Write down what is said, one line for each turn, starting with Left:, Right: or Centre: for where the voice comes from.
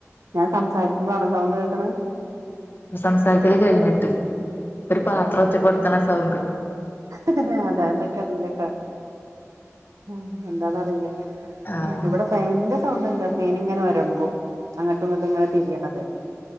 Right: ഞാൻ സംസാരിക്ക്മ്പോഴാ ആണോ സൗണ്ട് കേക്കാണെ
Left: സംസാരത്തിര് കയിഞ്ഞിട്ട് ഒരാ പാത്രം ഒച്ചപ്പെട്ത്താണ സൗണ്ട്
Right: ആഹ് അതാ എന്നൊക്കെ അറിയില്ലാട്ടാ ഉം എന്താന്ന് അറിയില്ല
Left: ആഹ്
Right: ഇവടെ ഫേന്റെ സൗണ്ട് അല്ലാ ഫേൻംഇങ്ങനെ ഒരമ്പും അങ്ങോട്ടും ഇങ്ങോട്ടും ഇങ്ങനെ തിരിയണത്